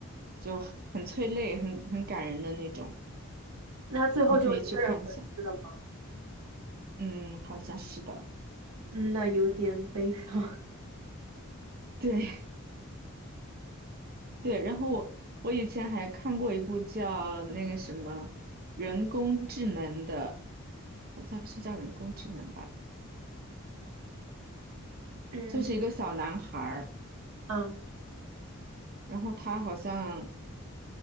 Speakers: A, on the right; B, on the right.
A: 就很催泪，很很感人的那种，
B: 那他最后就一个人回去了吗？
A: 你可以去看一下。嗯，好像是的，
B: 嗯，那有点悲伤。<laughs>
A: 对 <laughs> 对。然后我我以前还看过一部叫那个什么人工智能的，好像是叫人工智能吧，
B: 嗯
A: 就是一个小男孩儿，
B: 啊，
A: 然后他好像